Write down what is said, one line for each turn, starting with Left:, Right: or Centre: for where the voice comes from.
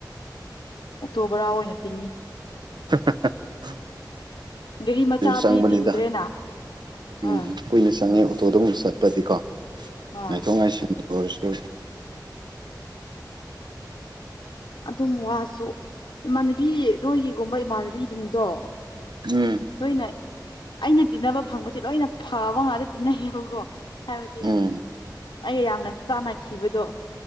Left: ꯑꯣꯛꯇꯣ ꯕꯔꯥ ꯑꯣꯏꯅ ꯇꯤꯡꯉꯤ
Right: ꯍ ꯍ ꯍꯥ
Left: ꯒꯥꯔꯤ ꯃꯆꯥꯗꯤ
Right: ꯆꯪꯕꯅꯤꯗ
Left: ꯇꯤꯡꯗ꯭ꯔꯦꯅ ꯍꯣꯏ
Right: ꯎꯝ ꯀꯨꯏꯅ ꯆꯪꯉꯦ ꯑꯣꯇꯣꯗꯒꯨꯝꯕ ꯆꯠꯄꯗꯤꯀꯣ
Left: ꯍꯣꯏ
Right: ꯉꯥꯏꯊꯣꯛ ꯉꯥꯏꯁꯤꯟ ꯑꯣꯏꯔꯁꯨ
Left: ꯑꯗꯨꯝ ꯋꯥꯁꯨ ꯏꯃꯥꯟꯅꯕꯤ ꯅꯣꯏꯒꯤꯒꯨꯝꯕ ꯏꯃꯥꯟꯅꯕꯤ ꯖꯤꯡꯗꯣ
Right: ꯎꯝ
Left: <unintelligible> ꯑꯩꯅ ꯇꯤꯟꯅꯕ ꯐꯪꯕꯁꯦ ꯂꯣꯏꯅ ꯐꯕ ꯉꯥꯛꯇ ꯇꯤꯟꯅꯩꯌꯦꯕꯀꯣ ꯍꯥꯏꯕꯗꯤ
Right: ꯎꯝ
Left: ꯑꯩ ꯌꯥꯝꯅ ꯆꯥꯟꯅꯈꯤꯕꯗꯣ